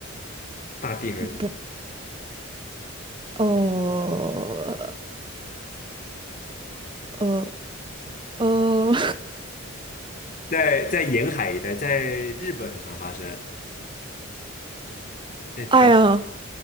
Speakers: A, on the left; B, on the right.
A: 大地还是怎么样？
B: 呃，不，呃呃。呃，
A: 在在沿海一带，在日本很常发生，
B: <laughs>
A: 在台
B: 哎呀，